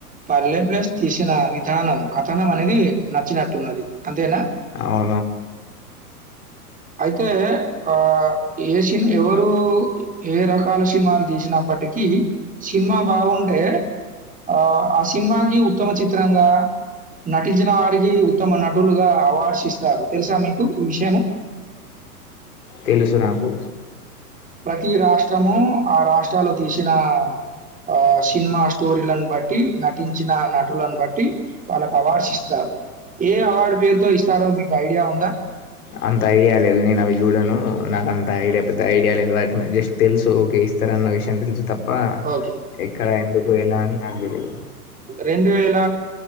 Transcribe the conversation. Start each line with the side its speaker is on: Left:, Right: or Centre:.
Right: పల్లె ప్లస్ తీసిన విధానం కథనం అనేది నచ్చినట్టున్నది అంతేనా?
Left: అవు
Right: అయితే ఆ ఏ సిని ఎవరు ఏ రకాల సినిమాలు తీసిన అప్పటికి సినిమా బాగుంటే ఆ ఆ సినిమాకి సత్తమ చిత్రంగా నటించిన వారికి ఉత్తమ నటులుగా అవార్డ్స్ ఇస్తారు తెలుసా మీకు ఈ విషయము
Left: తెలుసునాకు
Right: ప్రతి రాష్ట్రము ఆ రాష్ట్రాలో తీసిన ఆ సినిమా స్టోరీలను బట్టి నటించిన నటులను బట్టి వాళ్ళకి అవార్డ్స్ ఇస్తారు ఏ అవార్డు పేరుతో ఇస్తారో మీకు ఐడియా ఉందా
Left: అంత ఐడియా లేదు నేను అవి చూడను నాకు అంత ఐడియా పెద్ద ఐడియా లేదు వాటి మీద జస్ట్ తెలుసు ఓకే ఇస్తారన్న విషయం తెలుసు తప్ప
Right: ఓకే.
Left: ఎక్కడ ఎందుకు ఎలా అని నాకు తెలీదు
Right: రెండు వేల